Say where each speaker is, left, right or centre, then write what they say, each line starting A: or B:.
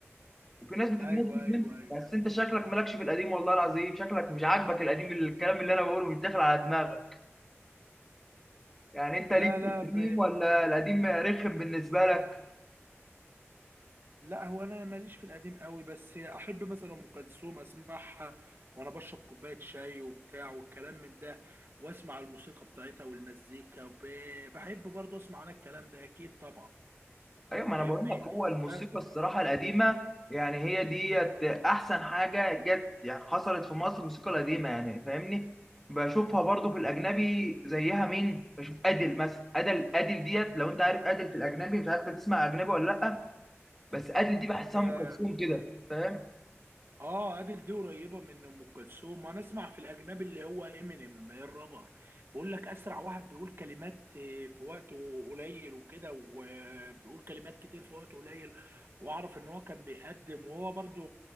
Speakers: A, in the centre; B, on the right (about 50°).
A: وفي ناس بتتمزج
B: ايوه
A: منه
B: ايوه ايوه
A: بس انت شكلك مالكش في القديم والله العظيم شكلك مش عاجبك القديم الكلام اللي انا بقوله مش داخل على دماغك يعني انت
B: لا
A: ليك في
B: لا
A: القديم
B: ب...
A: ولا القديم رخم بالنسبه لك
B: لا هو انا ماليش في القديم قوي بس احب مثلا ام كلثوم اسمعها وانا بشرب كوبايه شاي وبتاع والكلام من ده واسمع الموسيقى بتاعتها والمزيكا ب... بحب برضه اسمع انا الكلام ده اكيد طبعا
A: ايوه ما
B: فاهمني
A: انا بقول لك هو الموسيقى
B: ب...
A: الصراحه القديمه يعني هي ديت احسن حاجه جت يعني حصلت في مصر الموسيقى القديمه يعني فاهمني بشوفها برضو في الاجنبي زيها مين بشوف ادل مثلا ادل ادل ديت لو انت عارف ادل في الاجنبي مش عارف انت بتسمع اجنبي ولا لا بس ادل دي بحسها
B: ده
A: ام كلثوم كده فاهم
B: اه ادل دي قريبه من ام كلثوم وانا اسمع في الاجنبي اللي هو امينيم الرابر بيقول لك اسرع واحد بيقول كلمات آه، في وقت قليل وكده وبيقول كلمات كتير في وقت قليل واعرف ان هو كان بيقدم وهو برضو